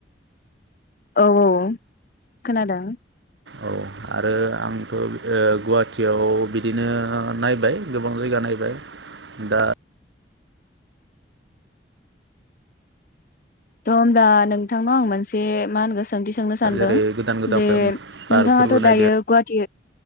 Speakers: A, on the left; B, on the right.
A: औ औ खोनादों
B: औ आरो आंबो ओ गुवाहाटियाव बिदिनो नायबाय गोबां जायगा नायबाय दा
A: थ' होमब्ला नोंथांनाव आं मोनसे मा होनगो सोंथि सोंनो सानदों
B: जेरै गोदान गोदान
A: दे
B: पार्कफोरबो
A: नोंथाङाथ'
B: नायदों
A: दायो गुवाहाटि